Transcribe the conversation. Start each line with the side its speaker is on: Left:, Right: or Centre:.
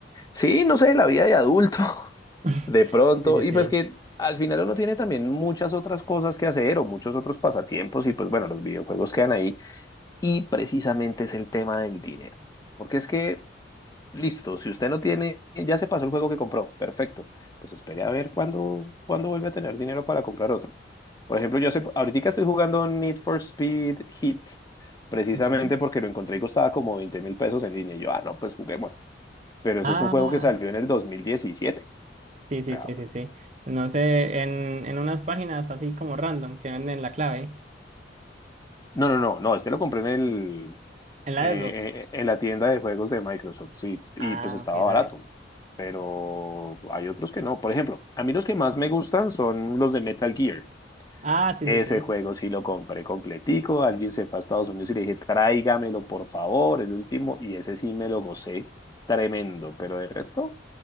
Left: Sí, no sé, la vida de adulto, <laughs>
Right: <laughs>
Left: de pronto.
Right: Sí, sí,
Left: Y
Right: sí.
Left: pues que al final uno tiene también muchas otras cosas que hacer o muchos otros pasatiempos y pues bueno, los videojuegos quedan ahí. y precisamente es el tema del dinero. Porque es que, listo, si usted no tiene, ya se pasó el juego que compró, perfecto. Pues espere a ver cuándo, cuándo vuelve a tener dinero para comprar otro. Por ejemplo, yo sé, ahorita estoy jugando Need for Speed Heat, precisamente
Right: Ujú.
Left: porque lo encontré y costaba como 20 mil pesos en línea. Y yo, ah, no, pues juguemos. Pero
Right: Ah,
Left: eso es un juego que salió en el 2017.
Right: sí, sí,
Left: O sea,
Right: sí, sí, sí. No sé, en, en unas páginas así como random que venden la clave,
Left: No, no, no, no, este lo compré en el
Right: en la
Left: eh,
Right: Xbox.
Left: eh, en la tienda de juegos de Microsoft, sí, y
Right: Ah,
Left: pues estaba
Right: ok,
Left: barato,
Right: dale.
Left: pero hay otros que no. Por ejemplo, a mí los que más me gustan son los de Metal Gear.
Right: Ah, sí,
Left: Ese
Right: sí, sí.
Left: juego sí lo compré completico, alguien se fue a Estados Unidos y le dije, tráigamelo por favor, el último, y ese sí me lo gocé, tremendo, pero el resto,